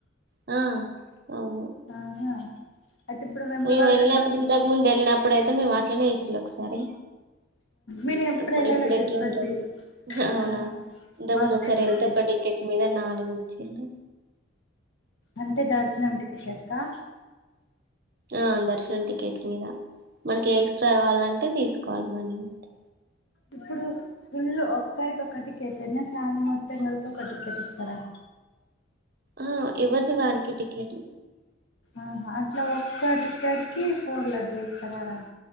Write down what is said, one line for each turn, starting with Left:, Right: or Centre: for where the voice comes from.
Right: ఆ అవును
Left: ఆహా అయితే ఇప్పుడు వేములవాడ
Right: మేము వెళ్ళినప్పుడు,
Left: దగ్గర
Right: ఇంతకుముందు వెళ్ళినప్పుడు. ఇప్పుడైతేేము అట్నే ఒకసారి
Left: నేను ఎప్పుడు
Right: అప్పుడు
Left: వెళ్ళలే
Right: ఇప్పుడు
Left: తిరుపతి
Right: ఎట్లాందో అవునా
Left: ఆ
Right: ఇంతకుముందు
Left: మాకు
Right: ఒకసారి
Left: తెల్వది
Right: వెళ్తే ఒక టికెట్ మీద నాలుగు వచ్చిండు
Left: అంతే దర్శనం టికెట్ క
Right: ఆ దర్శన టికెట్ మీద మనకి ఎక్స్ట్రాకావాలంటే తీసుకోవాలి. మనీ బట్టి
Left: ఇప్పుడు ఫుల్లు ఒక్కరికి ఒకటిక్కట్ అనే ఫ్యామిలీ మొత్తం కలిపి ఒక టిక్కెట్ ఇస్తారా
Right: ఆ ఎవరితే వరకిటిక్కట్
Left: ఆహా అట్లా ఒక్కటిక్కట్ కి ఫోన్ లబి ఇస్తారార